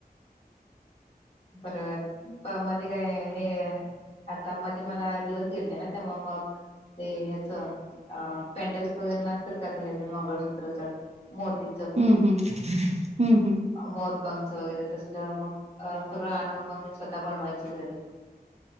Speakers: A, on the left; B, on the right.
A: परत मध्ये काय हे. आता मध्ये मला दिवस गेलते ना तेव्हा मग ते ह्याच अ पेंडल्स वगैरे नसतात का ह्याचं मंगळसूत्रच मोती
B: हम् हम्म हम्म हम्म.
A: मोरपकच वगैरे तस मग सगळं आणून मग म स्वतः बनवायची घरी